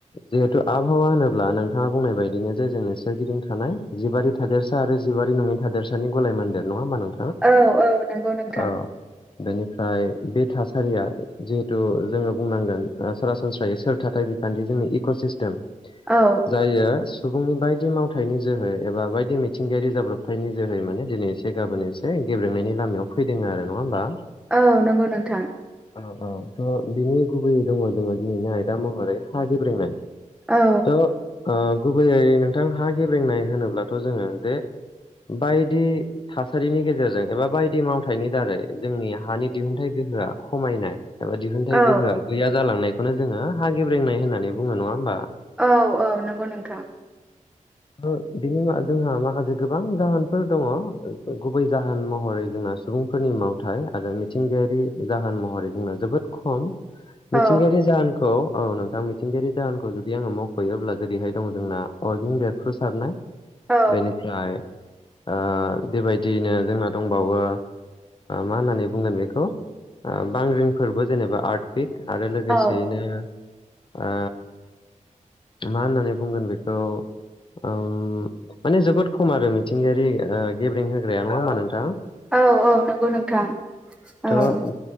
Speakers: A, on the left; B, in the centre.
A: जिहेतु आबहावा होनोब्ला नोंथाङा बुंनाय बायदिनो जे जोंनो सोरगिदिं थानाय जिबारि थादेरसा आरो जिबारि नङैनि था हादोरसानि गलाय ममन्देर नङा ओमबा नोंथां
B: औ औ नंगौ नोंथां
A: औ बेनिफ्राय बे थासारिया जिहेतु जोङो बुंनांगोन सरासनस्रायै सोर थाथाय बिखान्थि जोंनि इक' सिस्टेम
B: औ
A: जायो सुबुंनि बायदि मावथायाइनि जोहै एबा बायदि मिथिंगायारि जाब्रबथायनि जोहै माने दिनै एसे गाबोन एसै गेब्रेंनायनि लामायाव फैदों आरो नङा होमबा?
B: औ नंगौ नोंथां
A: औ औ त' बिनि गुबैयै दङ जोङो दिनैनि आयदा महरै हा गेब्रेंनाय
B: औ
A: थ' ओ गुबैयै नोंथां हा गेब्रेंनाय होनोब्लाथ' जोङो जे बायदि थासारिनि गेजेरजों एबा बायदि मावथायनि दारै जोंनि हानि दिहुनथाइ गो <unintelligible> खमायनाय एबा दिहुनथाइ
B: औ
A: गोहोआ गैया जालांनायखौनो जोङो हा गेब्रेंनाय होननानै बुङो नङा होमबा?
B: औ औ नंगौ नोंथां।
A: उम बिनि <unintelligible> जोंहा माखासे गोबां जाहोनफोर दङ गुबै जाहोन महरै जोंहा सुबुंफोरनि मावथाय आरो मिथिंगायारि जाहोन महरै जोंनाव जोबोद खम
B: औ
A: मिथिंगायारि जाहोनखौ औ नोंथां मिथिंगायारि जाहोनखौ जुदि आङो मख'योब्ला जेरैहाय दङ जोंना अरगें बेरफ्रुसारनाय
B: औ
A: बेनिफ्राय आ बेबायदियैनो जोंना दंबावो मा होननानै बुंगोन बेखौ ओ बांग्रिं फोरबो जेनेबा आर्ट कुइक आरो लोगोसेयैनो
B: औ
A: आ मा होननानै बुंगोन बेखौ ओम माने जोबोद खम आरो मिथिंगायारि ओ गेब्रेंहोग्राया नङा होनबा नोंथां?
B: औ औ नंगौ नोंथां
A: थ'
B: औ।